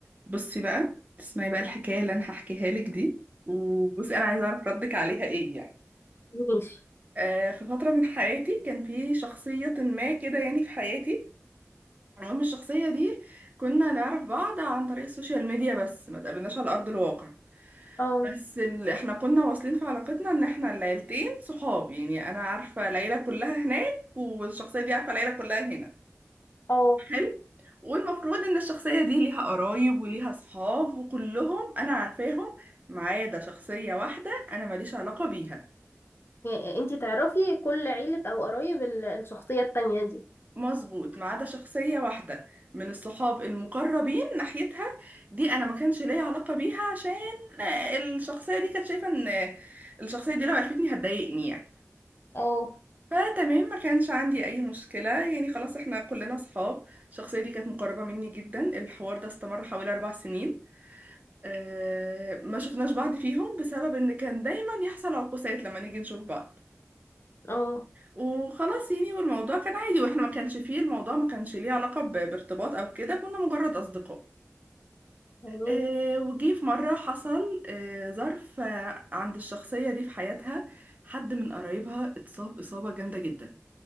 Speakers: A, on the right; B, on the left.
A: بصي بقى تسمعي بقى الحكاية اللي أنا هحكيها لك دي وبصي أنا عايزة أعرف ردك عليها إيه يعني
B: ماشي
A: آه في فترة من حياتي كان في شخصية ما كده يعني في حياتي المهم الشخصية دي كنا نعرف بعض عن طريق السوشيال ميديا بس ما تقابلناش على أرض الواقع
B: اه
A: بس ال... احنا كنا واصلين في علاقتنا ان احنا العيلتين صحاب يعني انا عارفة العيلة كلها هناك والشخصية دي عارفة العيلة كلها هنا
B: اه
A: حلو والمفروض ان الشخصية دي ليها قرايب وليها صحاب وكلهم انا عارفاهم ما عدا شخصية واحدة انا ماليش علاقة بيها
B: يعني انتي تعرفي كل عيلة او قرايب ال- الشخصية التانية دي
A: مظبوط ما عدا شخصية واحدة من الصحاب المقربين ناحيتها دي انا ما كانش ليا علاقة بيها عشان الشخصية دي كانت شايفة ان الشخصية دي لو عرفتني هتضايقني يعني
B: اه
A: فتمام ما كانش عندي اي مشكلة يعني خلاص احنا كلنا صحاب الشخصية دي كانت مقربة مني جدا الحوار ده استمر حوالي اربع سنين آه، ما شفناش بعض فيهم بسبب ان كان دايما يحصل عقوسات لما نيجي نشوف بعض
B: اه
A: وخلاص يعني والموضوع كان عادي واحنا ما كانش فيه الموضوع ما كانش ليه علاقة ب- بارتباط او كده كنا مجرد اصدقاء
B: يعني
A: آه، وجي في مرة حصل آه، ظرف آه، عند الشخصية دي في حياتها حد من قرايبها اتصاب إصابة جامدة جدا